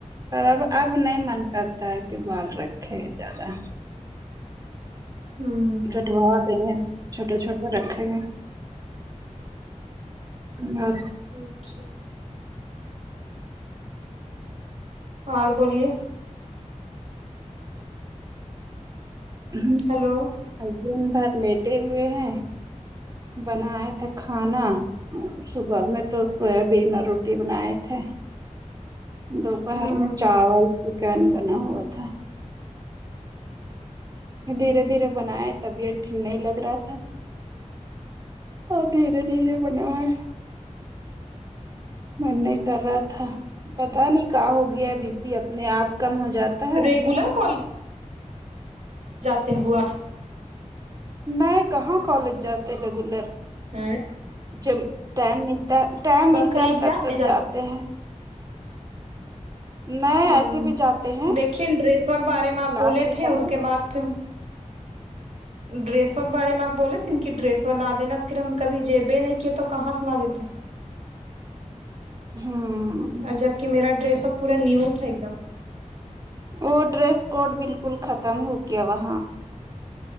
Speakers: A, on the right; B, on the right.
A: پر اب اب نہیں من کرتا ہے کہ بال رکھے زیادہ
B: ہمم
A: کٹوا دیںگے چھوٹے چھوٹے رکھے گے ناپ
B: اچھا اور بولیے
A: ہ
B: ہیلو
A: دن بھر لیٹے ہوئے ہیں بناائے تھے کھانا صبح میں تو سویابین اور روٹی بنائے تھے دوپہر
B: ہوں
A: میں چاول چکن بنا ہوا تھا دھیرے دھیرے بنائے طبیعت ٹھیک نہیں لگ رہا تھا دھیرے دھیرے بنائے من نہیں کر رہا تھا پتا نہیں کا ہو گیا بی پی اپنے آپ کم ہو جاتا ہے
B: ریگولر کال جاتے ہوا
A: میں کہاں کالج جاتے ریگولر
B: ہاں
A: جب ٹائم ملتا ہے ٹائم
B: بس
A: ملتا
B: خالی ایگزام
A: ہے تب تب
B: میں
A: جاتے ہیں نہیں
B: ہاں
A: ایسے بھی جاتے ہیں
B: دیکھیے ڈریسور کے بارے میں اپ
A: کلاس
B: بولے
A: بھی
B: تھے
A: کرنے
B: اس کے
A: جا
B: بعد پھر ڈریسوں کے بارے میں اپ بولے تھے ن کہ ڈریس وال لا دینا پھر ہم کبھی جبے نہیں کہ تو کہاں سے لا دیتے
A: ہوں
B: اور جب کی میرا ڈریسوا پورا نیو تھا ایک دم
A: وہ ڈریس کوڈ بالکل ختم ہو گیا وہاں